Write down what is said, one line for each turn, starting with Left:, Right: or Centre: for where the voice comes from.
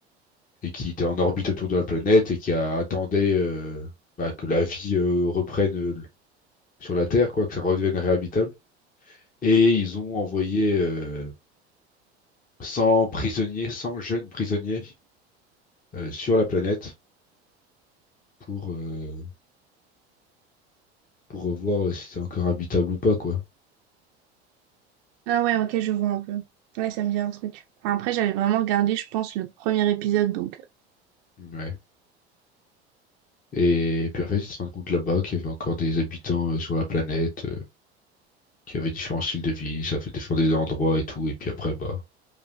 Left: et qui était en orbite autour de la planète et qui a attendait euh, bah, que la vie euh, reprenne euh, sur la Terre, quoi, que ça redevienne réhabitable. Et ils ont envoyé euh, 100 prisonniers, 100 jeunes prisonniers euh, sur la planète pour, euh, pour voir euh, si c'est encore habitable ou pas, quoi.
Right: Ah ouais, ok, je vois un peu. Ouais, ça me dit un truc. Enfin, après, j'avais vraiment regardé, je pense, le premier épisode, donc... euh,
Left: Ouais. Et puis en fait, ils se rendent compte là-bas qu'il y avait encore des habitants euh, sur la planète. qui avait différents styles de vie, ça fait défendre des endroits et tout, et puis après, bah,